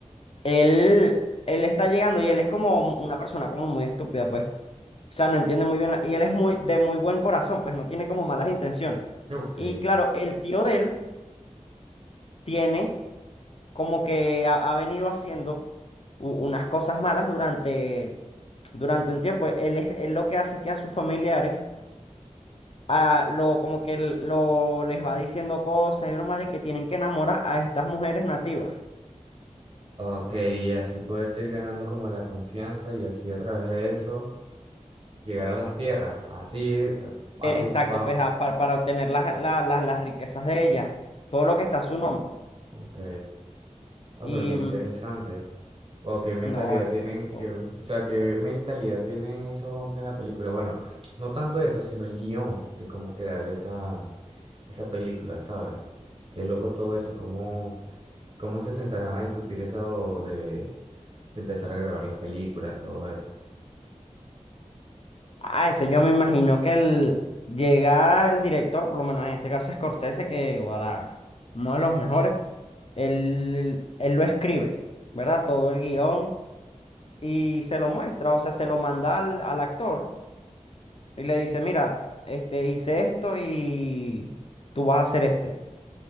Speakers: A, on the left; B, on the right.
A: Él, él está llegando y él es como una persona como muy estúpida, pues. O sea, no entiende muy bien. la- Y él es muy de muy buen corazón, pues no tiene como malas intenciones.
B: Ok.
A: Y claro, el tío de él tiene como que ha, ha venido haciendo u- unas cosas malas durante, durante un tiempo. Él es él lo que hace que a sus familiares a lo como que lo les va diciendo cosas y bromas de que tienen que enamorar a estas mujeres nativas.
B: Ok, y así poder seguir ganando como la confianza y así a través de eso llegar a las tierras. Así, eh, así
A: Eh, Exacto,
B: va.
A: pues a- para, para obtener las, la- la- las riquezas de ella, todo lo que está a su nombre.
B: Ok. Ah,
A: Y
B: pero qué interesante.
A: mm,
B: O qué mentalidad
A: no, es
B: tienen,
A: que es demasiado
B: que,
A: bueno.
B: o sea, qué mentalidad tienen esos hombres en la película. Bueno, no tanto eso, sino el guión de cómo crear esa, esa película, ¿sabes? Qué loco todo eso, cómo, cómo se sentarán a discutir eso de, de empezar a grabar las películas, todo eso.
A: Ah, eso yo me imagino que el, llega el director, por lo menos en este caso Scorsese, que para uno de los mejores, él, él lo escribe, ¿verdad? Todo el guión y se lo muestra, o sea, se lo manda al, al actor y le dice, mira, este, hice esto y tú vas a hacer este.